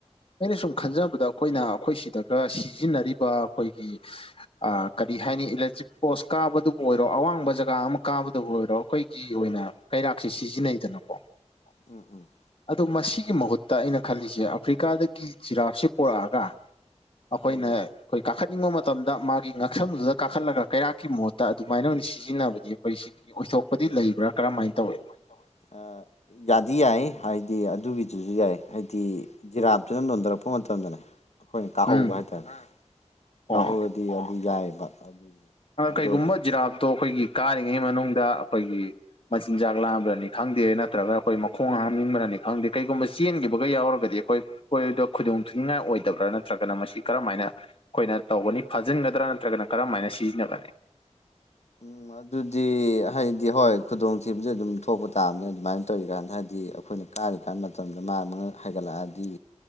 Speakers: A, on the left; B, on the left.
A: ꯑꯩꯅ ꯁꯨꯝ ꯈꯟꯖꯕꯗ ꯑꯩꯈꯣꯏꯅ ꯑꯩꯈꯣꯏ ꯁꯤꯗꯒ ꯁꯤꯖꯤꯟꯅꯔꯤꯕ ꯑꯩꯈꯣꯏꯒꯤ ꯑ ꯀꯔꯤ ꯍꯥꯏꯅꯤ ꯏꯂꯦꯛꯇ꯭ꯔꯤꯛ ꯄꯣꯁ ꯀꯥꯕꯗꯨꯕꯨ ꯑꯣꯏꯔꯣ ꯑꯋꯥꯡꯕ ꯖꯒꯥ ꯑꯃ ꯀꯥꯕꯗꯕꯨ ꯑꯣꯏꯔꯣ ꯑꯩꯈꯣꯏꯒꯤ ꯑꯣꯏꯅ ꯀꯩꯔꯥꯛꯁꯤ ꯁꯤꯖꯤꯟꯅꯩꯗꯅꯀꯣ
B: ꯎꯝ ꯎꯝ
A: ꯑꯗ‌ꯣ ꯃꯁꯤꯒꯤ ꯃꯍꯨꯠꯇ ꯑꯩꯅ ꯈꯜꯂꯤꯁꯦ ꯑꯐ꯭ꯔꯤꯀꯥꯗꯒꯤ ꯖꯤꯔꯥꯞꯁ‌ꯦ ꯄꯣꯔꯑꯒ ꯑꯩꯈꯣꯏꯅ
B: ꯎꯝ
A: ꯑꯩꯈꯣꯏ ꯀꯥꯈꯠꯅꯤꯡꯕ ꯃꯇꯝꯗ ꯃꯥꯒꯤ ꯉꯛꯁꯝꯗꯨꯗ ꯀꯥꯈꯠꯂꯒ ꯀꯩꯔꯥꯛꯀꯤ ꯃꯍꯨꯠꯇ ꯑꯗꯨꯃꯥꯏꯅ ꯑꯣꯏꯅ ꯁꯤꯖꯤꯟꯅꯕ ꯒꯤ ꯑꯩꯈꯣꯏ ꯁꯤꯒꯤ ꯑꯣꯏꯊꯣꯛꯄꯗꯤ ꯂꯩꯕ꯭ꯔꯥ ꯀꯔꯝꯍꯥꯏꯅ ꯇꯧꯏ
B: <unintelligible> ꯑꯥ ꯌꯥꯗꯤ ꯌꯥꯏ ꯍꯥꯏꯗꯤ ꯑꯗꯨꯒꯤꯗꯨꯖꯨ ꯌꯥꯏ ꯍꯥꯏꯗꯤ ꯖꯤꯔꯥꯞꯇꯨꯅ ꯅ‌ꯣꯟꯊꯔꯛꯄ ꯃꯇꯝꯗꯅꯦ ꯑꯩꯈꯣꯏꯅ ꯀꯥꯍꯧꯕ
A: ꯎꯝ
B: ꯍꯥꯏꯇꯥꯔꯦ ꯥ ꯀꯥꯍꯧꯔꯗꯤ
A: ꯑꯣ
B: ꯑꯗꯨ ꯌꯥꯏꯕ ꯑꯗꯨ ꯑꯗꯣ
A: ꯀꯩꯒꯨꯝꯕ ꯖꯤꯔꯥꯞꯇꯣ ꯑꯩꯈꯣꯏꯒꯤ ꯀꯥꯔꯤꯉꯩ ꯃꯅꯨꯡꯗ ꯑꯩꯈꯣꯏꯒꯤ ꯃꯆꯤꯟꯖꯥꯛ ꯂꯥꯝꯔꯅꯤ ꯈꯪꯗꯦ ꯅꯠꯇ꯭ꯔꯒ ꯑꯩꯈꯣꯏ ꯃꯈꯣꯡ ꯍꯥꯝꯅꯤꯡꯕꯅꯅꯤ ꯈꯪꯗꯦ ꯀꯩꯒꯨꯝꯕ ꯆꯦꯟꯈꯤꯕꯒ ꯌꯥꯎꯔꯒꯗꯤ ꯑꯩꯈꯣꯏ ꯈ‌ꯣꯏꯗꯣ ꯈꯨꯗꯣꯡ ꯊꯤꯅꯤꯡꯉꯥꯏ ꯑꯣꯏꯗꯕ꯭ꯔꯥ ꯅꯠꯇ꯭ꯔꯒꯅ ꯃꯁꯤ ꯀꯔꯝꯥꯏꯅ ꯑꯩꯈꯣꯏꯅ ꯇꯧꯒꯅꯤ ꯐꯥꯖꯤꯟꯒꯗ꯭ꯔꯥ ꯅꯠꯇ꯭ꯔꯒꯅ ꯀꯔꯝ ꯍꯥꯏꯅ ꯁꯤꯖꯤꯟꯅꯒꯅꯤ
B: ꯎꯝ ꯑꯗꯨꯗꯤ ꯍꯥꯏꯗꯤ ꯍꯣꯏ ꯈꯨꯗꯣꯡꯊꯤꯕꯁ‌ꯦ ꯑꯗꯨꯝ ꯊꯣꯛꯄ ꯇꯥꯕꯅꯦ ꯑꯗꯨꯃꯥꯏꯟ ꯇꯧꯔꯤꯀꯥꯟꯗ ꯍꯥꯏꯗꯤ ꯑꯩꯈꯣꯏꯅ ꯀꯥꯔꯤ ꯀꯥꯟ ꯃꯇꯝꯗ ꯃꯥꯟ ꯃꯥꯉꯛ ꯍꯥꯏꯒꯠꯂꯛꯑꯗꯤ